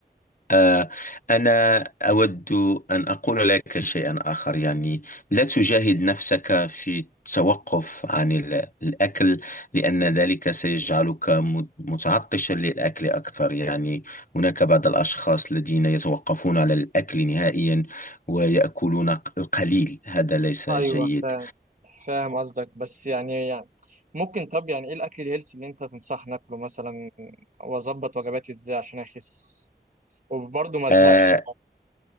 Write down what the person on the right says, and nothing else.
ايوه
فاهم فاهم قصدك بس يعني يعني ممكن طب يعني ايه الاكل الهيلثي اللي انت تنصحني اكله مثلا واظبط وجباتي ازاي عشان اخس وبرضه ما ازهقش